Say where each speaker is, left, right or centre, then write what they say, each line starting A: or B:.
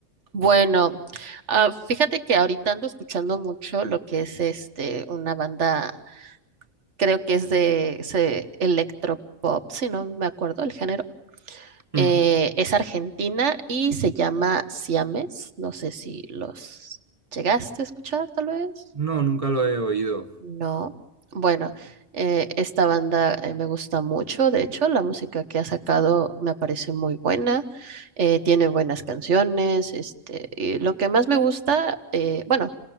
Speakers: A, on the right; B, on the right.
A: bueno, ah, fíjate que ahorita ando escuchando mucho lo que es este una banda, creo que es de ese electropop, si no me acuerdo el género.
B: Mm.
A: Eh, es argentina y se llama Siames. No sé si los llegaste a escuchar, tal vez.
B: No, nunca lo he oído.
A: No, bueno, eh, esta banda eh, me gusta mucho, de hecho, la música que ha sacado me parece muy buena, eh, tiene buenas canciones, este, y lo que más me gusta, eh, bueno,